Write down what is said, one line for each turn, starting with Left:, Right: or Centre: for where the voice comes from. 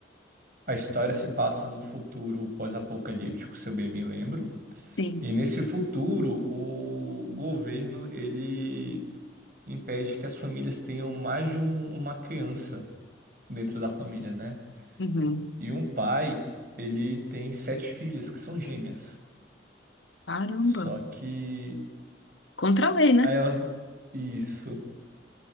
Right: a história se passa no futuro pós-apocalíptico, se eu bem me lembro.
Left: Sim.
Right: E nesse futuro, o governo ele impede que as famílias tenham mais de um- uma criança dentro da família, né?
Left: Uhum.
Right: E um pai, ele tem sete filhas que são gêmeas.
Left: Caramba.
Right: Só que
Left: Contra a lei, né?
Right: aí elas isso,